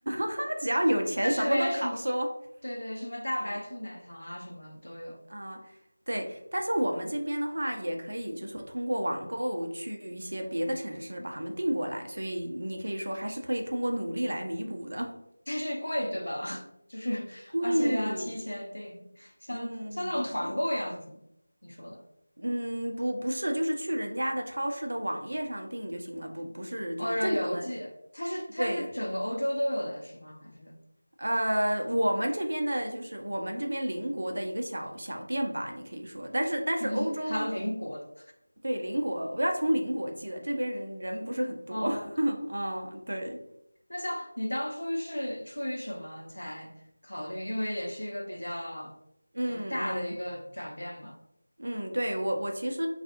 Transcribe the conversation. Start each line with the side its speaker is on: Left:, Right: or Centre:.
Right: 他只要有钱，
Left: 就是连什么，
Right: 什么都好说。
Left: 对对，什么大白兔奶糖啊，
Right: 嗯
Left: 什么都有。
Right: 啊、对，但是我们这边的话，也可以就是说通过网购去一些别的城市把他们订过来，所以你可以说还是可以通过努力来弥补的。
Left: 但是贵，对吧？<laughs> 就是而且要提前订，
Right: 贵，
Left: 像像那种团购一样子吗？
Right: 嗯，
Left: 你说的
Right: 嗯，不，不是，就是去人家的超市的网页上订就行了，不，不是，
Left: 哦，
Right: 就是正常的。
Left: 然后邮寄，它是它是整个欧洲都有的是吗？
Right: 对，
Left: 还是
Right: 呃，我们这边的就是我们这边邻国的一个小小店吧，你可以说，但是但是欧洲
Left: <laughs> 还有邻国的？
Right: 对邻国，我要从邻国寄的，这边人人不是很多，
Left: 哦，
Right: <laughs> 嗯，对，
Left: 那像你当初是出于什么才考虑？因为也是一个比较呃大的一个转变嘛。
Right: 嗯嗯。嗯，对，我我其实